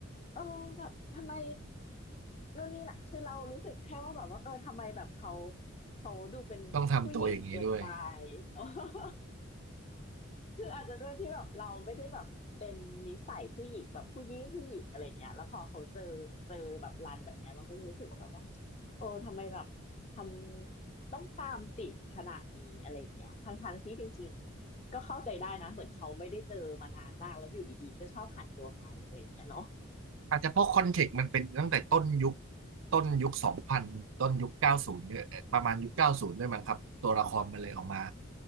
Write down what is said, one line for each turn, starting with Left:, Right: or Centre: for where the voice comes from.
Left: เออแบบทำไมนู่นนี่นะคือเรารู้สึกแค่ว่าแบบว่าเออทำไมแบบเขาเขาดูเป็นผู้หญิงเกินไป
Right: ต้องทำตัวอย่างนี้ด้วย
Left: <laughs> คืออาจจะด้วยที่แบบเราไม่ได้แบบเป็นนิสัยผู้หญิงแบบผู้หญิงผู้หญิงอะไรเงี้ยแล้วพอเขาเจอเจอแบบรันแบบเนี้ยเราก็รู้สึกว่าแบบว่าโอ้ทำไมแบบทำต้องตามติดขนาดนี้อะไรเงี้ยทั้งทั้งที่จริงๆก็เข้าใจได้นะเหมือนเขาไม่ได้เจอมานานมากแล้วอยู่ดีๆก็ชอบหายตัวไปอะไรเงี้ยเนาะ
Right: อาจจะเพราะคอนเทกต์มันเป็นตั้งแต่ต้นยุคต้นยุคสองพันต้นยุคเก้าศูนย์เนี่ยประมาณยุคเก้าศูนย์ด้วยมั้งครับตัวละครมันเลยออกมา